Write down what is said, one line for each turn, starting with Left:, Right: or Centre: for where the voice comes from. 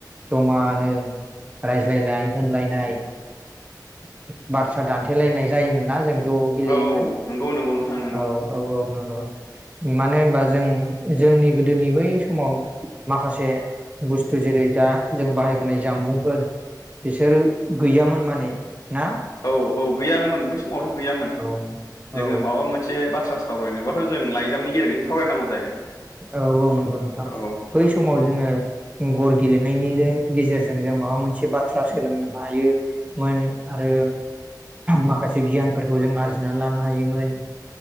Right: जमानो रायज्लायनाय होनलायनाय <unintelligible> बाथ्रा दानथेलायनाय जायोमोन ना जों ज' गेलेयोमोन
Left: औ नंगौ नंगौ नोंथां नंगौ
Right: औ औ औ नंगौ। मानो होनबा जों जोंनि गोदोनि बै समाव माखासे बुस्थु जेरै दा जों बाहायबोनाय जामबुंफोर बिसोर गैयामोन माने। ना
Left: औ औ गैयानोमोन बै समावथ' गैयामोन
Right: औ
Left: जोङो
Right: औ
Left: माबा मोनसे बाथ्रा सा सावरायनोबाथ' जों लाइजामनि गेजेरजोंसो सावरायनांगौ जायोमोन।
Right: औ औ नंगौ नोंथां
Left: औ
Right: बै
Left: औ
Right: समाव जोङो गर गेलेनायनि जो गेजेरजों जों माबा मोनसे बाथ्रा सोलोंनो हायोमोन। आरो माखासे गियानफोरखौ जों आरजिनानै लानो हायोमोन।